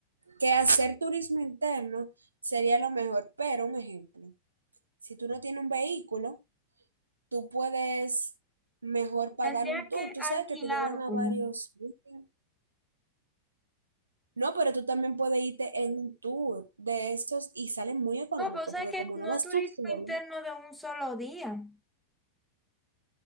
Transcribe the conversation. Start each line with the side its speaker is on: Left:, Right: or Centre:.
Right: que hacer turismo interno sería lo mejor, pero un ejemplo, si tú no tienes un vehículo, tú puedes mejor pagar
Centre: Tendría
Right: un tour.
Centre: que
Right: Tú sabes
Centre: alquilar
Right: que te llevan a
Centre: uno.
Right: varios sitios. No, pero tú también puedes irte en un tour de esos y salen muy económicos,
Centre: No, pero sabes
Right: porque
Centre: que
Right: como
Centre: no
Right: no vas
Centre: es turismo
Right: tú solo,
Centre: interno de un solo día.